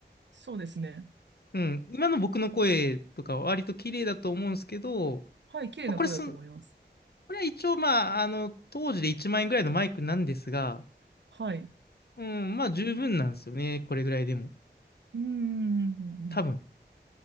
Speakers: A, on the right; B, on the left.
A: そうですね。
B: うん。今の僕の声とかは割と綺麗だと思うんですけど、
A: はい、綺麗な声だと思います。
B: まあ、これすん、これは一応まあ、あの、当時で1万円ぐらいのマイクなんですが、
A: はい。
B: うん、まあ十分なんですよね。これぐらいでも。
A: うーん。
B: 多分。